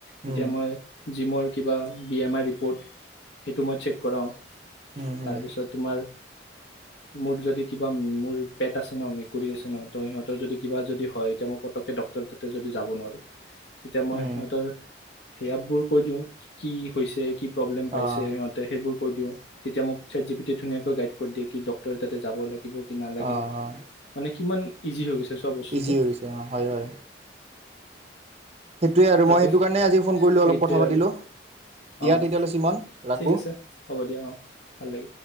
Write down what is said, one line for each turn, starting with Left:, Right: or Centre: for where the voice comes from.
Left: এতিয়া
Right: উম,
Left: মই জিমৰ কিবা বি এম আই ৰিপৰ্ট সেইটো মই চেক কৰাওঁ
Right: উম,
Left: তাৰপিছত
Right: উম,
Left: তোমাৰ মোৰ যদি কিবা মোৰ পেট আছে ন অমে আছে ন ত সিহঁতৰ যদি কিবা যদি হয় এতিয়া মই পতকে ডক্টৰ তাতে যদি যাব নোৱাৰো তেতিয়া মই
Right: উম,
Left: সিহঁতৰ সেয় বোৰ কৈ দিওঁ কি হৈছে কি প্ৰব্লেম পাইছে
Right: অ'।
Left: সিহঁতে সেইবোৰ তেতিয়া মোক চি পি ধুনীয় গাইড কৰি দিয়ে কি ডক্টৰে তাতে যাব নিদিব নালাগে
Right: অ', অ',
Left: মানে কিমান ইজি হৈ গৈছে চোৱা বস্তুটো
Right: ইজি গৈছে অঁ হয় হয় সেইটোৱে আৰু
Left: তাকো
Right: মই সেইটো কাৰণে আজি ফোন কৰিলোঁ
Left: ফ্ৰীতে
Right: অলপ কথা পাতিলোঁ
Left: আৰু
Right: দিয়া
Left: অ
Right: তেতিয়ালৈ সিমান ৰাখোঁ
Left: ঠিক আছে হ'ব দিয়া অ ভাল লাগিল